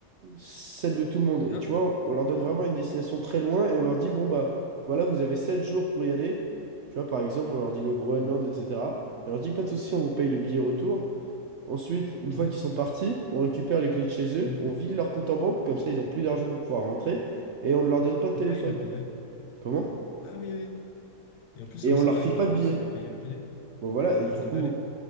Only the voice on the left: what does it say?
Ah.
Oh.
Ouais.
Hmm.
On
paye le billet.
Ah oui, oui. Et en plus,
comme
ça,
avec
leur
argent,
on peut payer le billet
du
de
l'aller.